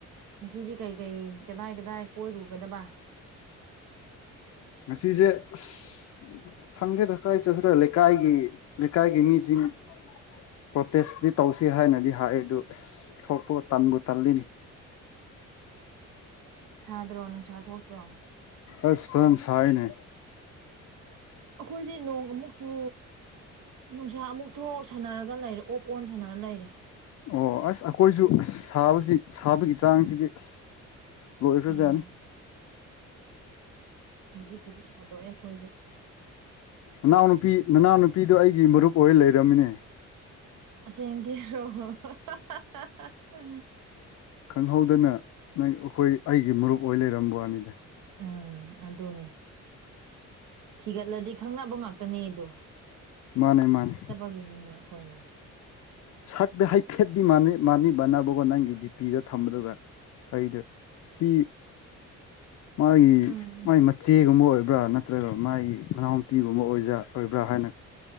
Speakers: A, on the right; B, on the left.
A: ꯉꯁꯤꯗꯤ ꯀꯩ ꯀꯩ ꯀꯗꯥꯏ ꯀꯗꯥꯏ ꯀꯣꯏꯔꯨꯒꯗꯕ
B: ꯉꯁꯤꯁꯦ ꯑꯁ ꯈꯪꯒꯦꯗꯀꯥꯏ ꯆꯠꯁꯤ꯭ꯔ ꯂꯩꯀꯥꯏꯒꯤ ꯂꯩꯀꯥꯏꯒꯤ ꯃꯤꯁꯤꯡ ꯄ꯭ꯔꯣꯇꯦꯁꯇꯤ ꯇꯧꯁꯤ ꯍꯥꯏꯅꯗꯤ ꯍꯥꯏꯑ ꯑꯗꯨ ꯑꯁ ꯊꯣꯛꯄꯨ ꯇꯟꯕꯨ ꯇꯜꯂꯤꯅꯤ
A: ꯁꯥꯗ꯭ꯔꯣ ꯅꯨꯡꯁꯥ ꯊꯣꯛꯇ꯭ꯔꯣ
B: ꯑꯁ ꯐꯁꯟ ꯁꯥꯏꯅꯦ
A: ꯑꯩꯈꯣꯏꯗꯤ ꯅꯣꯡ ꯑꯃꯨꯛꯆꯨ ꯅꯨꯡꯁꯥ ꯑꯃꯨꯛ ꯊꯣꯛ ꯁꯥꯟꯅꯔꯒ ꯂꯩꯔꯦ ꯑꯣꯛ ꯑꯣꯟ ꯁꯥꯟꯅꯔ ꯂꯩꯔꯦ
B: ꯑꯣ ꯑꯁ ꯑꯩꯈꯣꯏꯁꯨ ꯁꯥꯕꯁꯤ ꯁꯥꯕꯒꯤ ꯆꯥꯡꯁꯤꯗꯤ ꯑꯁ ꯂꯣꯏꯈ꯭ꯔꯖꯅꯤ
A: ꯎꯝ ꯍꯧꯖꯤꯛꯄꯨꯗꯤ ꯁꯥꯗꯣꯛꯑꯦ ꯑꯩꯈꯣꯏꯁꯨ
B: ꯅꯅꯥꯎꯅꯨꯄꯤ ꯅꯅꯥꯎꯅꯨꯄꯤꯗꯣ ꯑꯩꯒꯤ ꯃꯔꯨꯞ ꯑꯣꯏꯔ ꯂꯩꯔꯝꯃꯤꯅꯦ
A: ꯆꯦꯡꯒꯤ ꯔꯣ ꯍ ꯍ
B: ꯈꯪꯍꯧꯗꯅ ꯅꯪ ꯑꯩꯈꯣꯏ ꯑꯩꯒꯤ ꯃꯔꯨꯞ ꯑꯣꯏ ꯂꯩꯔꯝꯕ ꯋꯥꯅꯤꯗ
A: ꯎꯝ ꯑꯗꯨꯅꯦ ꯊꯤꯒꯠꯂꯗꯤ ꯈꯪꯅꯕ ꯉꯥꯛꯇꯅꯦꯗꯣ
B: ꯃꯥꯅꯦ ꯃꯥꯅꯦ
A: ꯕꯒꯤꯅꯤꯅꯦ ꯑꯩꯈꯣꯏꯅ
B: ꯁꯛꯇ ꯍꯥꯏꯐꯦꯠꯇꯗꯤ ꯃꯥꯅꯤꯕꯅꯕꯀꯣ ꯅꯪꯒꯤ ꯗꯤꯄꯤꯗ ꯊꯝꯕꯗꯨꯒ ꯑꯩꯗ ꯁꯤ
A: <unintelligible>
B: ꯃꯥꯒꯤ
A: ꯎꯝ
B: ꯃꯥ ꯃ ꯆꯦꯒꯨꯝꯕ ꯑꯣꯏꯕ꯭ꯔꯥ ꯅꯠꯇ꯭ꯔꯒ ꯃꯥꯒꯤ ꯃꯅꯥꯎꯨꯄꯤꯒꯨꯝꯕ ꯑꯣꯏꯖ ꯑꯣꯏꯕ꯭ꯔꯥ ꯍꯥꯏꯅ